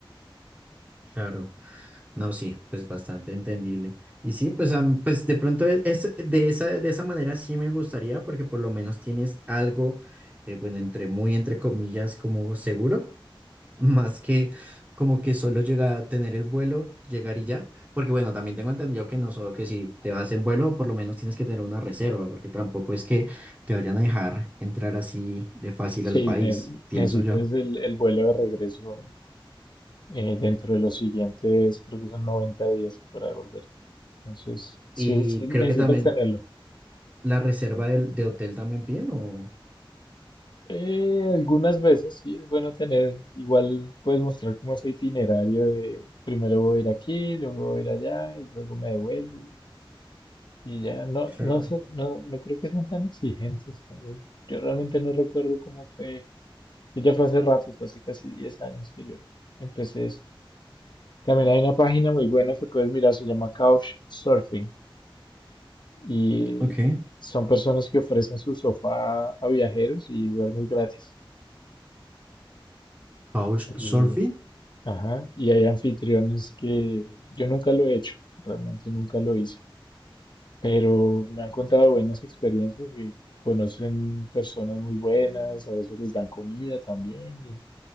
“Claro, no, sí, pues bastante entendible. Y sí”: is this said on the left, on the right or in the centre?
Right